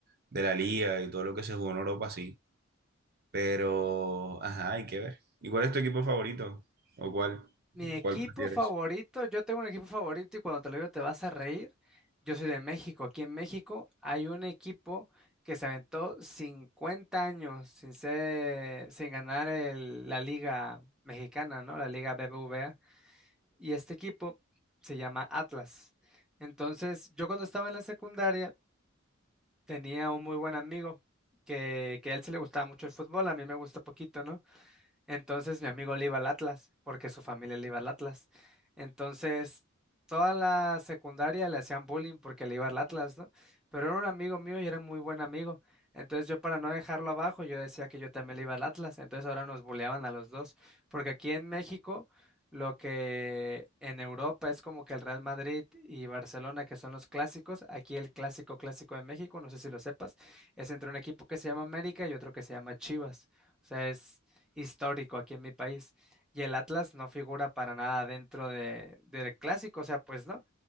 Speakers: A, on the right; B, in the centre.
A: de la liga y todo lo que se jugó en Europa sí. Pero, ajá, hay que ver. ¿Y cuál es tu equipo favorito? ¿O cuál,
B: Mi equipo
A: cuál prefieres?
B: favorito, yo tengo un equipo favorito y cuando te lo digo te vas a reír. Yo soy de México. Aquí en México hay un equipo que se aventó 50 años sin ser, sin ganar el- la Liga Mexicana, ¿no? La Liga BBVA. Y este equipo se llama Atlas. Entonces, yo cuando estaba en la secundaria tenía un muy buen amigo que, que a él se le gustaba mucho el fútbol, a mí me gusta poquito, ¿no? Entonces mi amigo le iba al Atlas, porque su familia le iba al Atlas. Entonces, toda la secundaria le hacían bullying porque le iba al Atlas, ¿no? Pero era un amigo mío y era muy buen amigo. Entonces yo para no dejarlo abajo, yo decía que yo también le iba al Atlas. Entonces ahora nos bulleaban a los dos, porque aquí en México, lo que en Europa es como que el Real Madrid y Barcelona, que son los clásicos, aquí el clásico clásico de México, no sé si lo sepas, es entre un equipo que se llama América y otro que se llama Chivas. O sea, es histórico aquí en mi país. Y el Atlas no figura para nada dentro de, del clásico, o sea, pues no.